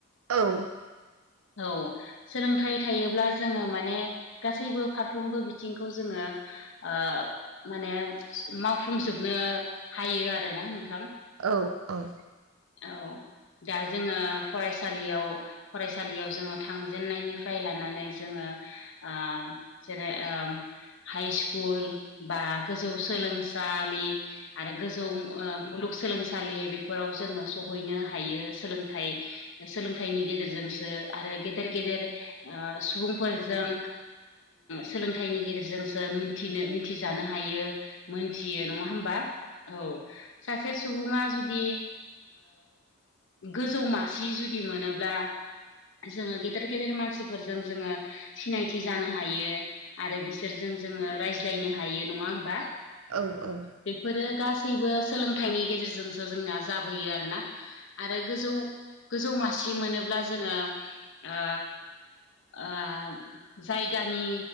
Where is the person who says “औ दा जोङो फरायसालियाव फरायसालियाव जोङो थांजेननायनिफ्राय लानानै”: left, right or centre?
Left